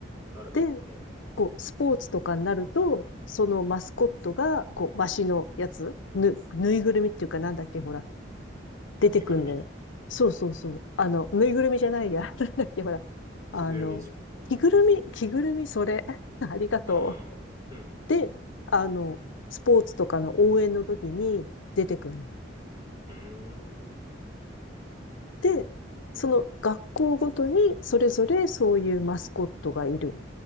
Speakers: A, on the right (about 20°); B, on the left (about 85°).
A: あ、あるかも。
B: で、
A: うん。
B: こう、スポーツとかになると、そのマスコットが、こう、和紙のやつ、ぬ、ぬいぐるみっていうかなんだっけ、ほら、出てくんだよ。
A: 着ぐるみ
B: そうそうそう。あの、ぬいぐるみじゃないや。<laughs> なんだっけ、ほら。あの、
A: 着ぐるみでしょ
B: 着ぐるみ、着ぐるみ、それ。<laughs> ありがとう。
A: うんうんうん。
B: で、あの、スポーツとかの応援の時に出てくる。
A: うん。うーん。
B: で、その学校ごとにそれぞれそういうマスコットがいる